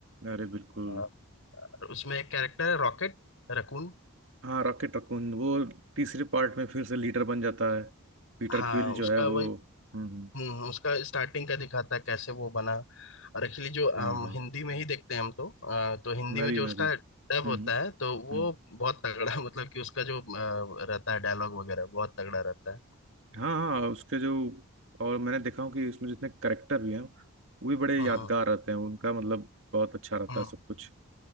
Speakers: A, on the right (about 55°); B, on the left (about 65°).
A: अरे बिल्कुल
B: हाँ, उसमें एक कैरेक्टर है रॉकेट रकून
A: हाँ रॉकेट रकून वो तीसरे पार्ट में फिर से लीडर बन जाता है पीटर
B: हाँ
A: क्विल जो
B: उसका
A: है वो
B: वही
A: हम्म हम्म,
B: हम्म उसका स्टार्टिंग का दिखाता है कैसे वो बना और एक्चुअली जो अम,
A: हाँ हाँ
B: हिंदी में ही देखते हैं हम तो अ, तो हिंदी
A: मैं
B: में
A: भी
B: जो
A: मैं
B: उसका
A: भी
B: डब
A: हम्म
B: होता
A: हम्म
B: है तो वो
A: हम्म।
B: बहुत तगड़ा <laughs> मतलब कि उसका जो अ, रहता है डायलॉग वगैरह बहुत तगड़ा रहता है
A: हाँ हाँ उसके जो और मैंने देखा हूँ कि इसमें जितने करेक्टर भी हैं वो भी बड़े
B: हम्म
A: यादगार रहते हैं उनका मतलब बहुत अच्छा रहता
B: हम्म
A: है सब कुछ